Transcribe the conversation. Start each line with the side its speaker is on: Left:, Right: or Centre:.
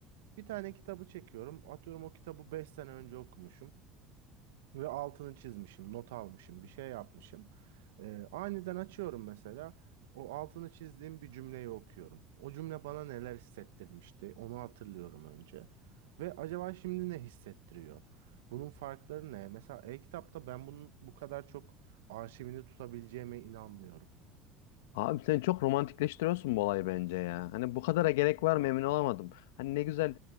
Right: Bir tane kitabı çekiyorum. Atıyorum o kitabı 5 sene önce okumuşum. Ve altını çizmişim, not almışım, bir şey yapmışım. Ee, aniden açıyorum mesela. O altını çizdiğim bir cümleyi okuyorum. O cümle bana neler hissettirmişti, onu hatırlıyorum önce. Ve acaba şimdi ne hissettiriyor? Bunun farkları ne? Mesela e-kitapta ben bunun bu kadar çok arşivini tutabileceğime inanmıyorum.
Left: Abi sen çok romantikleştiriyorsun bu olayı bence ya. Hani bu kadara gerek var mı emin olamadım. Hani ne güzel